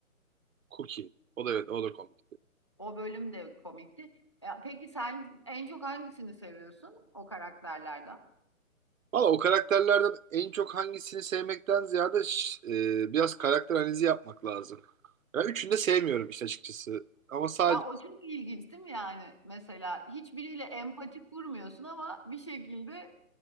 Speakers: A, on the right; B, on the left.
A: Cookie. O da evet o da komik.
B: O bölüm de komikti. E, peki sen en çok hangisini seviyorsun o karakterlerden?
A: Valla o karakterlerden en çok hangisini sevmekten ziyade ş- e, biraz karakter analizi yapmak lazım. Ben üçünü de sevmiyorum işte açıkçası. Ama sadece
B: Ya o çok ilginç değil mi yani? Mesela hiçbiriyle empati kurmuyorsun ama bir şekilde